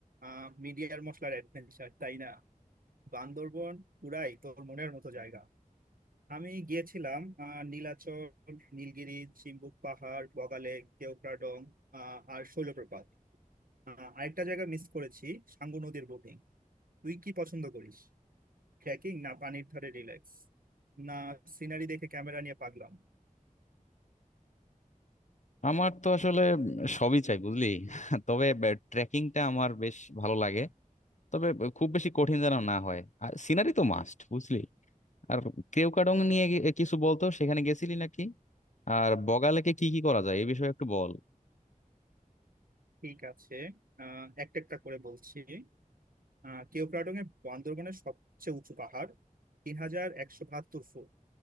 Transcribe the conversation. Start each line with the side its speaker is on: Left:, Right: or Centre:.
Right: আহ মিডিয়ার মশলার অ্যাডভেঞ্চার তাই না বান্দরবন পুরাই তোর মনের মতো জায়গা আমি গিয়েছিলাম আহ নীলাচল নীলগিরি চিম্বুক পাহাড় বগালেক কেওক্রাডং আহ আর শৈলপ্রপাত আহ, আরেকটা জায়গা মিস করেছি সাঙ্গু নদীর বোটিং তুই কি পছন্দ করিস ট্রেকিং না পানির ধারে রিল্যাক্স না সিনারি দেখে ক্যামেরা নিয়ে পাগলাম
Left: আমার তো আসলে উম, সবই চাই বুঝলি <laughs> তবে ট্রেকিংটা আমার বেশ ভালো লাগে তবে খুব বেশি কঠিন যেন না হয় আর সিনারি তো মাস্ট বুঝলি আর কেওক্রাডং নিয়ে গি- কিছু বলতো সেখানে গেছিলি নাকি আর বগালেকে কি কি করা যায় এই বিষয়ে একটু বল
Right: ঠিক আছে আহ একটা একটা করে বলছি আহ কেওক্রাডং এর বান্দরবনের সবচেয়ে উঁচু পাহাড় তিন হাজার একশো বাহাত্তর ফুট